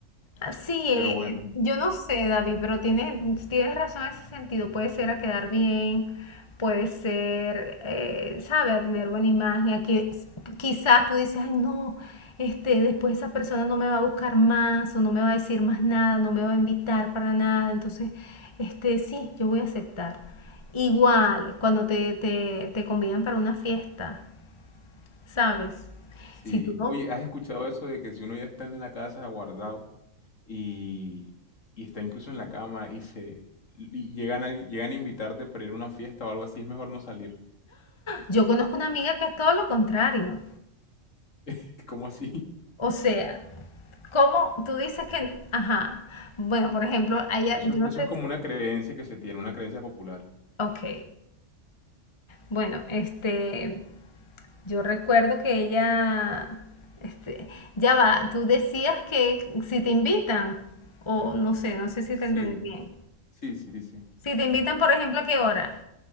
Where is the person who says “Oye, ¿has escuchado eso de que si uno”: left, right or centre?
Left